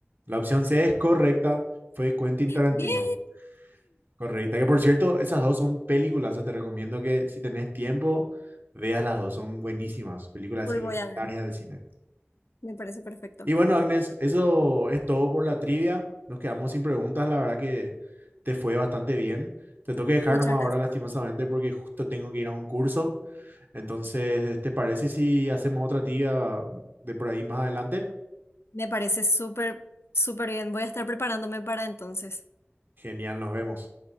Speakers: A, on the right (about 50°); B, on the left (about 70°).
A: La opción C es correcta, fue Quentin Tarantino.
B: Bien,
A: Correcta, que por cierto, esas dos son películas, te recomiendo que si tenés tiempo, veas las dos, son buenísimas, películas
B: hoy
A: así legendarias
B: voy a ver,
A: del cine.
B: me parece perfecto.
A: Y bueno, Agnes, eso es todo por la trivia, nos quedamos sin preguntas, la verdad que te fue bastante bien. Te tengo que dejar
B: Muchas
A: nomás ahora
B: gracias.
A: lastimosamente porque justo tengo que ir a un curso, entonces, ¿te parece si hacemos otra trivia de por ahí más adelante?
B: Me parece súper, súper bien. Voy a estar preparándome para entonces.
A: Genial, nos vemos.